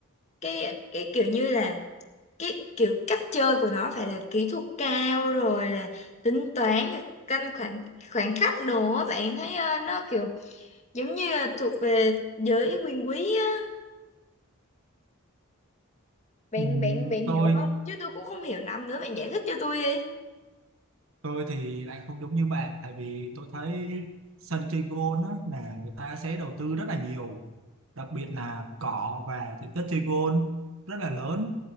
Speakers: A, on the left (about 30°); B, on the right (about 65°).
A: cái cái kiểu như là cái kiểu cách chơi của nó phải là kỹ thuật cao rồi là tính toán rồi canh khoảng khoảng khắc đồ á bạn thấy ờ, nó kiểu giống như là thuộc về giới quyền quý á bạn
B: Ừm,
A: bạn bạn
B: tôi
A: hiểu không chứ tôi cũng không hiểu lắm nữa bạn giải thích cho tôi đi
B: tôi thì lại không giống như bạn tại vì tôi thấy sân chơi golf á là người ta sẽ đầu tư rất là nhiều đặc biệt là cỏ và diện tích chơi gôn rất là lớn